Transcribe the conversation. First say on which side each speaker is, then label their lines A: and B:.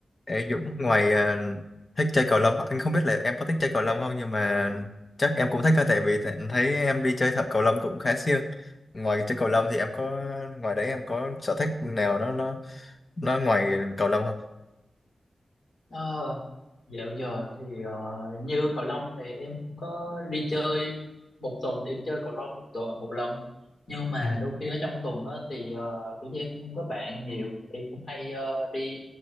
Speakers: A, on the left; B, on the left.
A: Ê Dũng, ngoài ờ, thích chơi cầu lông, anh không biết là em có thích chơi cầu lông không nhưng mà chắc em cũng thích thôi tại vì tại- thấy em đi chơi thợ cầu lông cũng khá siêng. Ngoài chơi cầu lông thì em có ngoài đấy em có sở thích nào nó nó nó ngoài cầu lông không?
B: Ờ, dạo giờ thì ờ, như cầu lông thì em cũng có đi chơi một tuần thì chơi cầu lông một tuần một lần nhưng mà
A: Ừ.
B: đôi khi ở trong tuần á thì ờ, kiểu như em cũng không có bạn nhiều thì em cũng hay ờ, đi